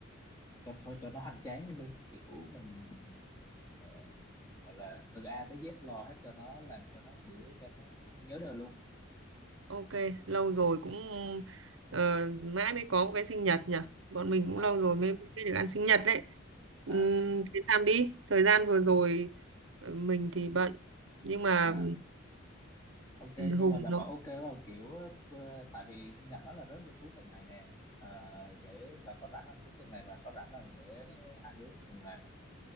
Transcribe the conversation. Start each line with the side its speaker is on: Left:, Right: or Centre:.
Left: cho thôi cho nó hoành tráng luôn đi, kiểu mình ờ, gọi là từ A tới Z lo hết cho nó làm cho nó một bữa cho nó nhớ đời luôn.
Right: Ok, lâu rồi cũng ờ, mãi mới có một cái sinh nhật nhở. Bọn mình cũng
Left: À,
Right: lâu rồi mới, mới được ăn sinh nhật đấy. Ừm,
Left: à.
Right: thế làm đi. Thời gian vừa rồi ờ, mình thì bận. Nhưng mà
Left: à ok
Right: ừ,
Left: nhưng
Right: Hùng
Left: mà bà
Right: nó
Left: vẫn ok vào kiểu ờ, tại vì sinh nhật nó là rớt vô cuối tuần này nè Ờ, vậy bà có rảnh không cuối tuần này bà có rảnh không để hai đứa mình cùng làm